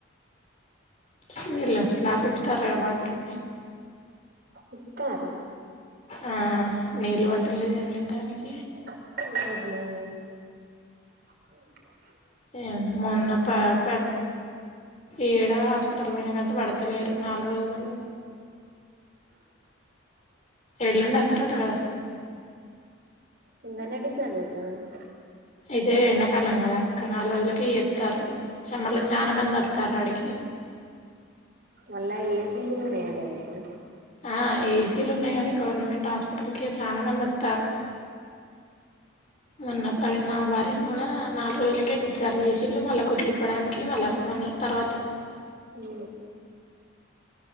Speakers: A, on the left (about 35°); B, on the right (about 50°).
A: చీర్ల స్లాప్ ఇప్పుతారుగా బాత్రూమ్ది
B: ఇప్పుతార్ అక్క
A: ఆ నీళ్ళు బట్టలేదు ఏం లేదు దానికి
B: సు <unintelligible>
A: ఏ మొన్న ప పెట్ ఏడ హాస్పిటల్ పోయినకానుంచి పడతలేరు నాలుగు రోజులు ఎల్లుండి అత్తారట కదా
B: నిన్ననే డిసైడ్ అయితంది
A: ఇయితే ఎండాకాలం కదా క్క నాలుగు రోజులకే చేతన్రు మళ్ళ చానా మంది అత్తన్రు ఆడికి
B: మళ్ళా ఏసీ కూడా ఉన్నాయి అట్ట అయితే
A: ఆ ఏసీలు ఉన్నాయ కాని గవర్నమెంట్ హాస్పిట అప్పటికే చాలా మంది అత్తన్రు మొన్న ప్రవీణ్ మామ భార్య నూన నాలుగు రోజులకే డిచార్జ్ చేసిళ్ళుళ్ళా కుట్లిప్ప్వడానికి మళ్ళా రమ్మన్నారు తర్వాత
B: ఉ